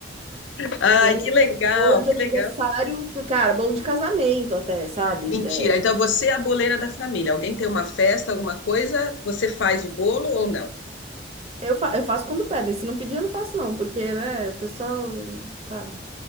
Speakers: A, on the left; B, on the right.
A: Ai,
B: Ele,
A: que legal,
B: bolo de
A: que
B: aniversário,
A: legal.
B: cara, bolo de casamento até, sabe?
A: Mentira.
B: É,
A: Então você é a boleira da família. Alguém tem uma festa, alguma coisa, você faz o bolo ou não?
B: eu, fa- eu faço quando pedem. Se não pedir, eu não faço, não, porque, né, o pessoal. Tá.